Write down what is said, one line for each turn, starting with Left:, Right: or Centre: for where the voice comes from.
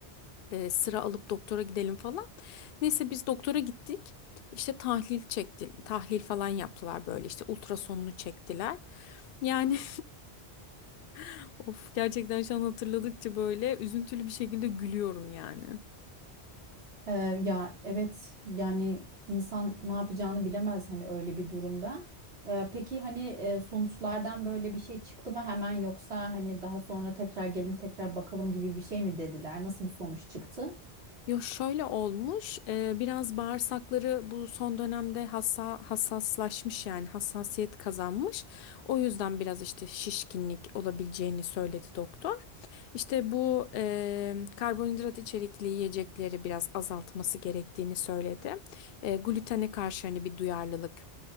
Left: e, sıra alıp doktora gidelim falan. Neyse biz doktora gittik. İşte tahlil çekti, tahlil falan yaptılar böyle işte ultrasonunu çektiler. Yani <laughs> of gerçekten şu an hatırladıkça böyle üzüntülü bir şekilde gülüyorum yani.
Right: Ee, ya evet yani insan ne yapacağını bilemez hani öyle bir durumda. Ee, peki hani e, sonuçlardan böyle bir şey çıktı mı hemen yoksa hani daha sonra tekrar gelin tekrar bakalım gibi bir şey mi dediler? Nasıl bir sonuç çıktı?
Left: Yo şöyle olmuş e, biraz bağırsakları bu son dönemde hassa, hassaslaşmış yani hassasiyet kazanmış. O yüzden biraz işte şişkinlik olabileceğini söyledi doktor. İşte bu eee, karbonhidrat içerikli yiyecekleri biraz azaltması gerektiğini söyledi. Eee glutene karşı hani bir duyarlılık